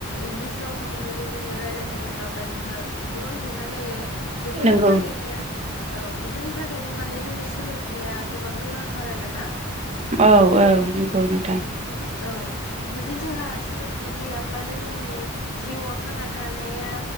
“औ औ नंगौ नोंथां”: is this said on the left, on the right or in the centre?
Right